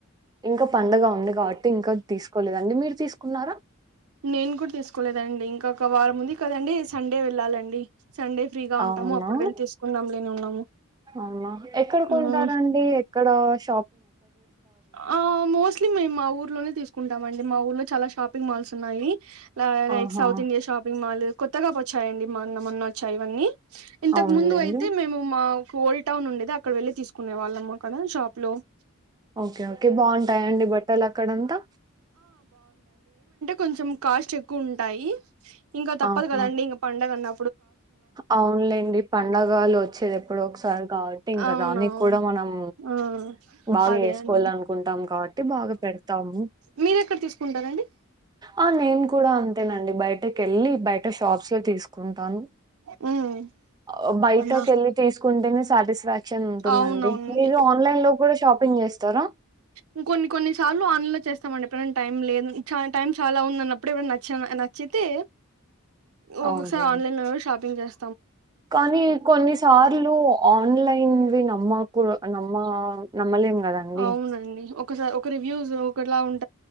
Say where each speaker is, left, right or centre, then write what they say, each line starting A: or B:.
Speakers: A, on the right; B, on the right.
A: ఇంకా పడుగ ఉంది కాబట్టి ఇంకా తీసుకోలేదండి మీరు తీసుకున్నారా
B: నేను కూడా తీసుకోలేదండి ఇంకా ఒక వారం ఉంది కదండి సండే వెళ్ళాలండి సండే ఫ్రీగా
A: అవునా
B: ఉంటాము అప్పుడు వెళ్ళలి తీసుకుందాం ఉన్నాము
A: అవునా ఎక్కడ
B: హ్మ్
A: కొంటారంండి కడాష్
B: ఆ మోస్ట్లీ మేము మా ఊర్లోనే తీసుకుంటా మండి మా ఊర్లో చాలా షాపింగ్ మాల్స్ ఉన్నాయి లైక్
A: ఆహా
B: సౌత్ ఇంయా షాపింగ్ మాల్ కొత్తగా వచ్చాయండి మా మొన్న మొన్న వచ్చాయి ఇవన్నీ ఇంతకు
A: అవునులేండి
B: ముందు అయితే మేము మా ఓల్డ్ టౌన్ ఉండేది అక్కడ వెళ్ళి తీసుకునే వాళ్ళమ్ కక్కద షాప్ లో అ
A: ఓకే ఓకే బాగుంటాయండి బట్టలు అక్కడంతా
B: కొంచం కాస్ట్ ఎక్కువ ఉంటాయి ఇంకా తప్పదు
A: ఆహా
B: కదండి ఇంగ పండగన్న
A: అవునులేండి పండగలు వచ్చేది ఎప్పుడు ఒకసారి కాబట్టి ఇంకా
B: అవునవును
A: దానికి కూడా మనం
B: ఆ
A: బాగా
B: అదే
A: వేసుకోవాల
B: అండి
A: అనుకుంటాం కాబట్టి బాగా పెడతాము
B: మీర ఎక్కడ తీసుకుంటారంండి
A: ఆ నేను కూడా అంతేనండి బయటకి వెళ్ళి బయట షాప్స్ లో తీసుకుంటాను.
B: హ్మ్
A: ఆ బయటకి
B: అన్నా
A: వెళ్ళి తీసుకు కుంటెనే స్టాటిస్ఫ్య్ యాక్షన్ ఉంటుందండి
B: అవునవునండి
A: మీరు ఆన్లైన్ లో కూడా షాపింగ్ చేస్తారా
B: మ్మ్ కొన్ని కొన్ని సార్లు ఆన్లో చేస్తామండి ఎప్పుడు నేను టైం లేదు చ టైం చాలా ఉందన్నప్పుడు ఎప్పుడు నచ్చ నచ్ నచ్చితే ఓ
A: అవునులేండి
B: సార్ ఆన్లైన్ లో షాపింగ్ చేస్
A: కానీ కొన్నిసార్లు ఆన్లైన్వి నమ్మకు నమ్మ నమ్మలేం గదండీ!
B: అవునండి ఒకసారి ఒక రివ్యూస్ లో కలా ఉన్